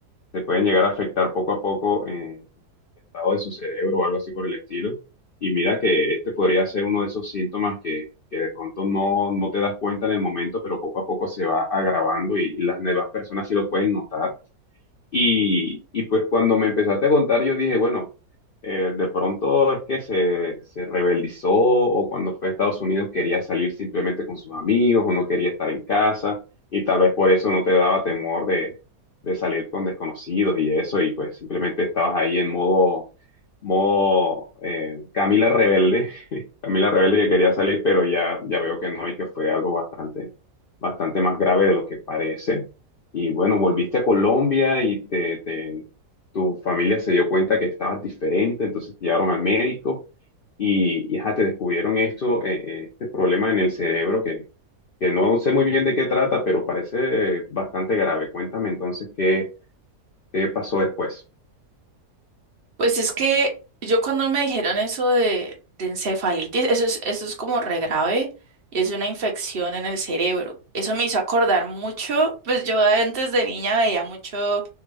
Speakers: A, on the left (about 70°); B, on the right (about 40°).
A: se pueden llegar a afectar poco a poco. eh, estado de su cerebro o algo así por el estilo. Y mira que este podría ser uno de esos síntomas que, que de pronto no, no te das cuenta en el momento, pero poco a poco se va agravando y las demás personas sí lo pueden notar. Y, y pues cuando me empezaste a contar, yo dije, bueno, eh, de pronto es que se, se rebeldizó o cuando fue a Estados Unidos quería salir simplemente con sus amigos o no quería estar en casa y tal vez por eso no te daba temor de, de salir con desconocidos y eso y pues simplemente estabas ahí en modo, modo eh, Camila rebelde, <laughs> Camila rebelde que quería salir pero ya, ya veo que no y que fue algo bastante, bastante más grave de lo que parece. Y bueno, volviste a Colombia y te, te- tu familia se dio cuenta que estabas diferente, entonces te llevaron al médico y, y ajá, te descubrieron esto, eh, eh, este problema en el cerebro que, que no sé muy bien de qué trata, pero parece eh, bastante grave. Cuéntame entonces qué, qué pasó después.
B: Pues es que yo cuando me dijeron eso de, de encefalitis, eso es, eso es como re grave y es una infección en el cerebro. Eso me hizo acordar mucho, pues yo antes de niña veía mucho